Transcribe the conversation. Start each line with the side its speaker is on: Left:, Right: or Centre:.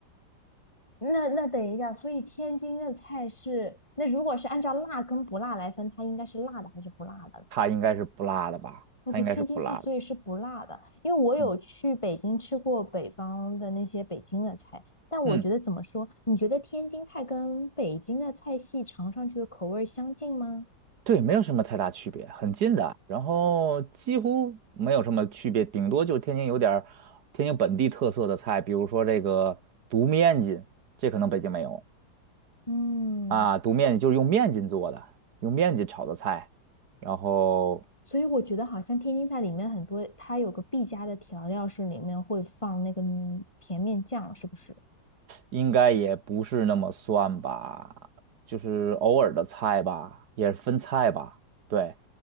Left: 那那等一下，所以天津的菜是，那如果是按照辣跟不辣来分，它应该是辣的还是不辣的呢？
Right: 它应该是不辣的吧？
Left: OK，
Right: 它应该是不辣的。
Left: 天津菜所以是不辣的，因为我有去北京吃过北方的那些北京的菜，
Right: 嗯
Left: 但我觉得怎么说？
Right: 嗯，
Left: 你觉得天津菜跟北京的菜系尝上去的口味儿相近吗？
Right: 对，没有什么太大区别，很近的，然后几乎没有什么区别，顶多就是天津有点儿天津本地特色的菜，比如说这个独面筋，这可能北京没有
Left: 嗯，
Right: 啊，独面筋就是用面筋做的，用面筋炒的菜，然后
Left: 所以我觉得好像天津菜里面很多，它有个必加的调料是里面会放那个嗯甜面酱，是不是？
Right: 应该也不是那么算吧，就是偶尔的菜吧，也是分菜吧，对。